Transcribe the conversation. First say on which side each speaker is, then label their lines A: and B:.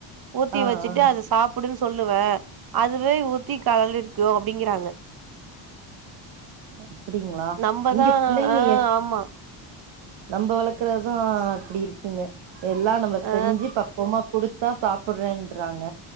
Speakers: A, on the right; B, on the right.
A: ஊத்தி
B: ஆ
A: வெச்சுட்டு
B: ஆ
A: அதை சாப் அப்படின்னு சொல்லுவே அதுவே ஊத்தி கலல் இருக்கு அப்படிங்கறாங்க
B: அப்டிங்களா
A: நம்மதா
B: இங்க பிள்ளைங்க
A: ஆ
B: எ
A: ஆமா
B: நம்ம வள்க்கறதான் இப்படி இருக்குங்க எல்லாம் நம்ம
A: ஆ
B: செஞ்சு பக்குவமா குடு த்தா சாப்பிடுறேன்றாங்க